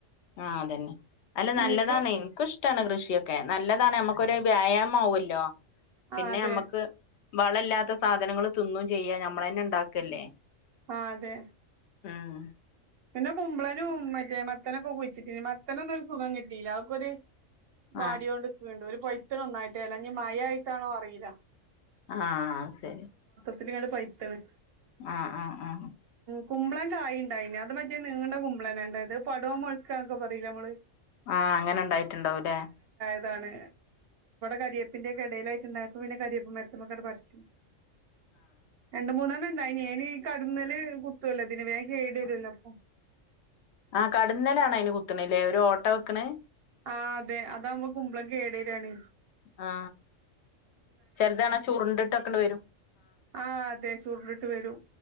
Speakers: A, on the left; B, on the right.
A: ആഹ അതന്നെ അല്ല നല്ലതാണ്.
B: ഇക്ക
A: എനിക്കും ഇഷ്ടാണ്. കൃഷിയൊക്കെ നല്ലതാണ് നമ്മുക്കൊരു വ്യായാമം ആവല്ലോ പിന്നെ
B: ആഹ് അതെ
A: നമ്മക്ക് വള ഇല്ലാത്ത സാധനങ്ങൾ തിന്നും ചെയ്യാ നമ്മള തന്നെ ഉണ്ടാക്കല്ലേ.
B: ആഹ അതെ.
A: ഉം
B: പിന്നെ കുമ്പളനും മറ്റേ മത്തനൊക്കെ കുഴിച്ചിട്ടി മത്തന ഒന്നുംരു സുഖം കിട്ടിയില്ല അവർക്കൊരു വാടോണ്ടിക്കണ്ട്
A: ആഹ്
B: ഒരു പോയ്‌ത്തന ഒന്നായിട്ടേല്ല ന മയായിട്ടാണോ അറിയില്ല
A: ആ ശരി
B: <unintelligible> പൈത്തണ്
A: ആ ആ ആ
B: കുമ്പളം കായിണ്ടായിന് അത് മറ്റേ നീണ്ട കുമ്പളനണ്ടായത്. പട്‌വ മൊളക്കന്നൊക്കെ പറയില്ലെ നമ്മള്.
A: ആ അങ്ങനെ ഉണ്ടായിട്ടുണ്ടാവും. ല്ലെ
B: എതണ് കരിയപ്പിന്റെ എടയിലായിട്ട്ണ്ടാകും പ്പോ പിന്നെ കരിയോപ്പ് മരത്മ്മക്കാട്ട് പടത്തും. രണ്ട്, മൂന്നെണ്ണം, ണ്ടായിന്. അയിന് കട്ന്നല് കുത്തു അല്ലോ ഇതിൻ വേ കേട്‌
A: ആഹ്
B: വരുല്ലോ? ഓ
A: ആ കടന്നലാണയിന് കുത്ത്‌ണെല്ലേ ഒരു ഓട്ടോ വെക്കണെ
B: ആ അതെ അതാവുമ്പോ കുമ്പളം കേടരാണ്
A: ആ ചെറുതണാ ചുരുണ്ടിട്ടൊക്കെണ്ട് വരും
B: ആ അതെ ചൂരുണ്ടിട്ട് വരും